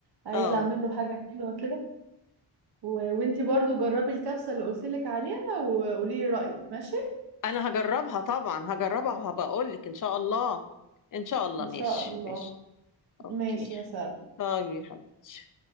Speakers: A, on the right; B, on the left.
A: عايزة
B: اه
A: اعمل له حاجة حلوة كده و... وانتي برضو جربي الكبسة اللي قلتلك عليها وقولي لي رأيك ماشي
B: انا هجربها طبعا هجربها وهبقولك ان شاء الله ان شاء الله
A: ان
B: ماشي
A: شاء الله
B: ماشي اوكي
A: ماشي يا سلام
B: طيب يا حبيبتي